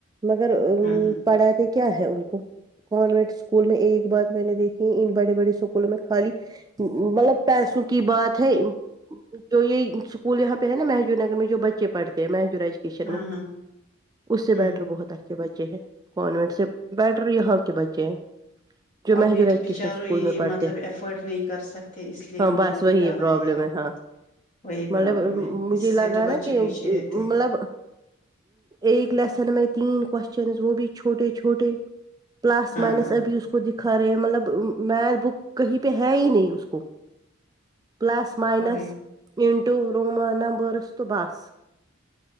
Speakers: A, on the right; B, on the left.
A: مگر ا
B: ہ ہ
A: پڑھا ت کیا ہے ان کو کانوینٹ اسکول میں ایک بات میں نے دیکھی ان بڑے بڑے اسکولوں میں خالی مطلب پیسوں کی بات ہے جو یہ اسکول یہاں پہ ہے نا مہجور نگر میں جو بچے پڑھتے ہیں م وکیشن
B: ہاں
A: میں
B: ہاں
A: اس سے
B: ہ
A: بیٹر بہت اچھے کانینٹ سے بیٹر یہاں کے بچے جو
B: ابھی
A: مجورجوکشن
B: بچارے
A: اسکول
B: یہ
A: میں پڑھتے
B: مطلب ایفرٹ نہیں کر سکتے اس لیے
A: ہاں
B: ان لوگوں
A: بس
B: نے
A: وہی
B: ڈالا
A: پرابلم
B: یہاں
A: ہے
B: پہ
A: ہاں
B: وہی پرابلم
A: مطلب
B: ہے اس
A: مجھے لگا
B: سے تو بچے
A: نا کہ
B: پیچھے رہتے
A: مطلب
B: ہیں
A: ایک لیسن میں تین کوشچن وہ بھی چھوٹے چھوٹے پلس
B: ہاں
A: مائنس
B: ہاں
A: اب اس کو دکھ کرے مطلب می بک کہیں پہ ہے ہی نہیں اس کو پلس مائنس
B: اور
A: ننٹو رومانبرس تو باس